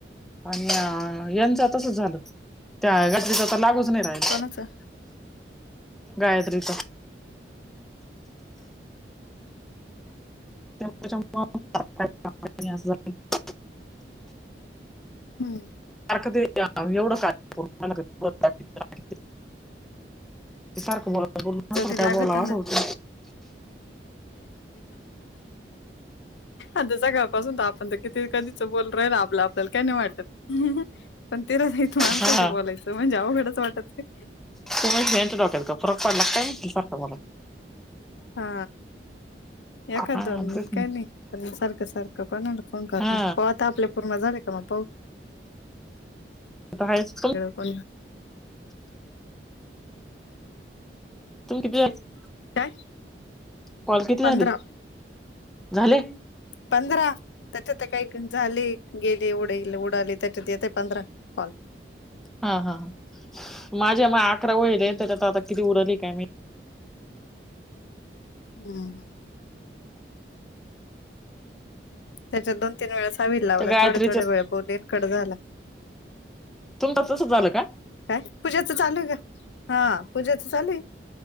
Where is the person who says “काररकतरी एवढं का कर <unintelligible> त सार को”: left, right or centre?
Centre